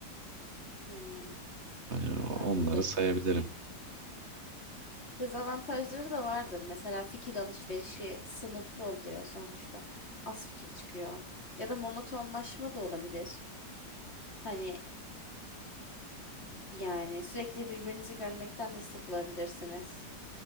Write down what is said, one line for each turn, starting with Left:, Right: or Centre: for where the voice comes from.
Left: hmm.
Right: Hani o-
Left: Anladım.
Right: onları sayabilirim.
Left: Dezavantajları da vardır. Mesela fikir alışverişi sınırlı oluyor sonuçta. Az fikir çıkıyor. Ya da monotonlaşma da olabilir. Hani yani sürekli birbirinizi görmekten de sıkılabilirsiniz.